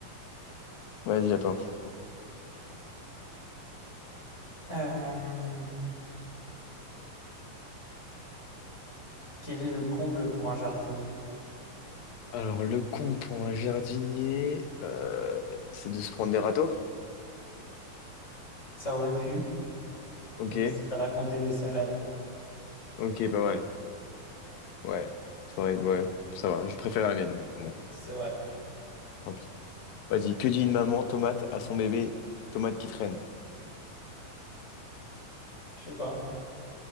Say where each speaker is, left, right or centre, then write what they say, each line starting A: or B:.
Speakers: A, on the left (about 75°); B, on the left (about 20°).
A: Vas-y, à toi.
B: Euh, quel est le comble pour un jardinier?
A: Alors, le con pour un jardinier, euh, c'est de se prendre des râteaux?
B: Ça aurait pu,
A: Ok,
B: mais c'est de raconter des salades.
A: ok, pas mal. Ouais, ça va, ouais, ça va, je préfère la mienne. Bon,
B: C'est vrai.
A: tant pis. Vas-y, que dit une maman tomate à son bébé tomate qui traîne?
B: Je sais pas.